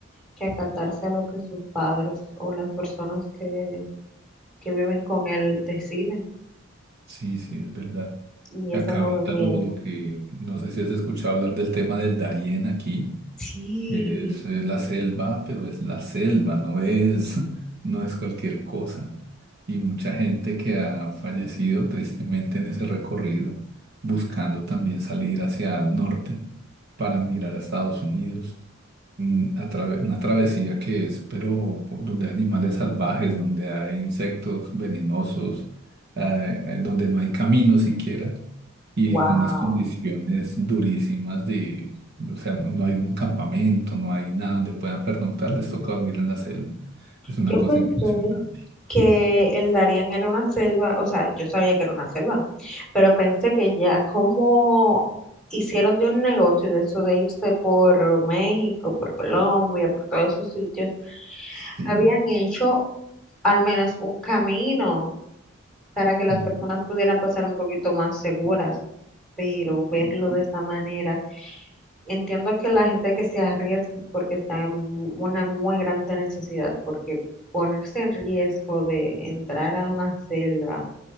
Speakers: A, in the centre; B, on the right.
A: que acatarse a lo que sus padres o las personas que, que viven con él deciden.
B: Sí, sí, es verdad.
A: Y
B: Acá
A: ese movimiento.
B: ahorita lo, lo que, no sé si has escuchado hablar del tema del Darién aquí.
A: Sí,
B: que es, es la selva, pero es la selva, no es, <laughs> no es cualquier cosa. Y mucha gente que ha fallecido tristemente en ese recorrido, buscando también salir hacia el norte para migrar a Estados Unidos. Mm, a trave- una travesía que es, pero por- donde hay animales salvajes, donde hay insectos venenosos, eh, eh, donde no hay camino siquiera y
A: wow.
B: con unas condiciones durísimas de, o sea, no, no hay un campamento, no hay nada donde puedan pernoctar, les toca dormir en la selva. Es una
A: Yo
B: cosa
A: pensé
B: impresionante.
A: que el Darien era una selva, o sea, yo sabía que era una selva, pero pensé que ya como hicieron de un negocio de eso de irse por México, por Colombia, por todos esos sitios,
B: Sí,
A: habían hecho al menos un camino para que las
B: mm,
A: personas pudieran pasar un poquito más seguras. Pero verlo
B: mm,
A: de esta manera, entiendo que la gente que se arriesga es porque está en mu- una muy grande necesidad, porque ponerse en riesgo de entrar a una selva